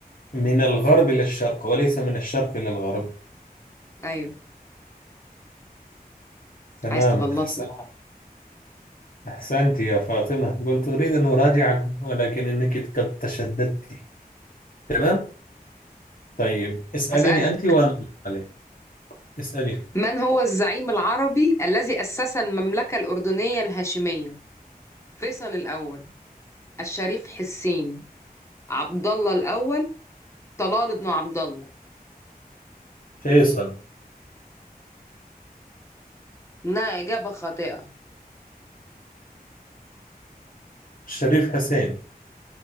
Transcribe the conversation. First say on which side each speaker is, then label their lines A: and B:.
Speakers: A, on the left (about 60°); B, on the left (about 15°).
A: من الغرب إلى الشرق وليس من الشرق إلى الغرب
B: ايوه
A: تمام
B: عايز تغلطني
A: أحسن أحسنت يا فاطمة كنت أريد أن أراجعك ولكن إنك قد تشددت تمام طيب اسأليني
B: هسألك
A: أنت وأنا أرد عليك اسألي
B: من هو الزعيم العربي الذي أسس المملكة الأردنية الهاشمية فيصل الأول الشريف حسين عبد الله الأول طلال بن عبد الله
A: فيصل
B: إنها إجابة خاطئة
A: شريف حسين